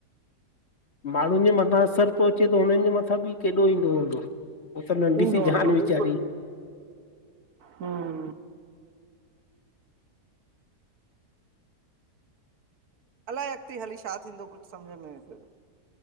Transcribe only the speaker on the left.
माण्हुनि जे मथां असरु थो अचे त हुननि जे मथां बि केॾो ईंदो हूंदो। उह त नंढी
सी
जान वीचारी।